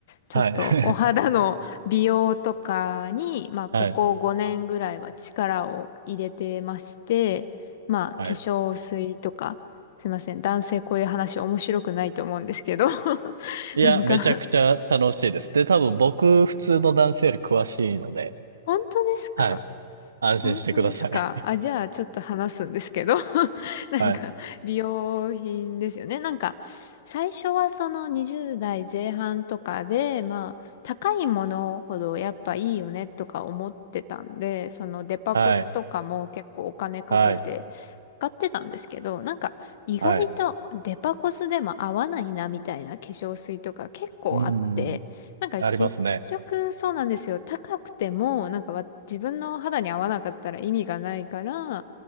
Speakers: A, on the left (about 60°); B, on the right (about 80°).
A: ちょっとお肌の美容とかに、
B: はい。<laughs>
A: まあ、ここ5年ぐらいは力を入れてまして、
B: はい。
A: まあ、
B: はい。
A: 化粧水とか、すいません、男性こういう話面白くないと思うんですけど <laughs>
B: いや、
A: なんか
B: めちゃくちゃ楽しいです。で、多分僕、普通の男性より詳しいので、
A: 本当ですか
B: はい。安心してください。
A: 本当ですか。あ、じゃあ、ちょっと話すんですけど。<laughs> なんか、
B: <laughs> はい。
A: 美容品ですよね。なんか、最初はその20代前半とかで、まあ、高いものほどやっぱいいよねとか思ってたんで、そのデパコスとかも結構お金かけて
B: はい。はい。
A: 買ってたんですけど、なんか、意外とデパコスでも合わないなみたいな化粧水とか結構あって、
B: はい。うん。
A: なんか結結局そうなんですよ。
B: ありますね。
A: 高くても、なんかわ自分の肌に合わなかったら意味がないから、